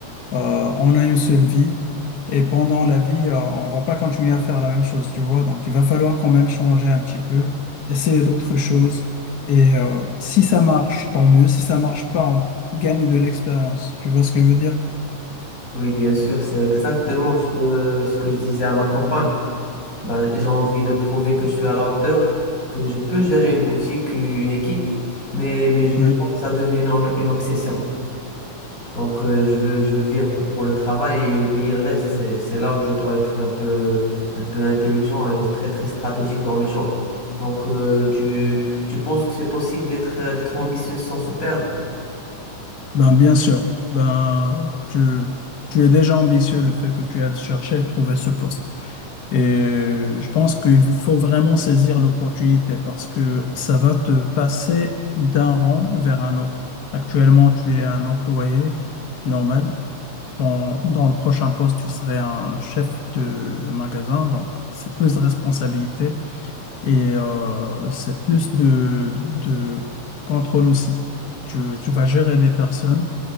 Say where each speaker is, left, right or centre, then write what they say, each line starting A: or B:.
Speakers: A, on the left; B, on the left.
A: Euh, on a une seule vie et pendant la vie, euh, on va pas continuer à faire la même chose, tu vois. Donc, il va falloir quand même changer un petit peu, essayer d'autres choses. Et euh, si ça marche, tant mieux. Si ça marche pas, on gagne de l'expérience. Tu vois ce que je veux dire?
B: Oui, bien sûr, c'est exactement ce que, ce que je disais à ma compagne. Ben, j'ai envie de prouver que je suis à la hauteur, que je peux gérer une boutique, une équipe, mais, mais je veux
A: Oui,
B: pas que ça devienne une, une obsession. Donc, euh, je veux, je veux vivre pour le travail et oublier le reste. C'est, c'est là où je dois être un peu, un peu intelligent et très, très stratégique dans mes choix. Donc, euh, tu, tu penses que c'est possible d'être, d'être ambitieux sans se perdre?
A: Ben, bien sûr. Ben, tu, tu es déjà ambitieux le fait que tu aies cherché à trouver ce poste. Et euh, je pense qu'il vous faut vraiment saisir l'opportunité parce que ça va te passer d'un rang vers un autre. Actuellement, tu es un employé normal. Dans, dans le prochain poste, tu serais un chef de magasin, donc c'est plus de responsabilité et euh, c'est plus de, de contrôle aussi. Tu, tu vas gérer des personnes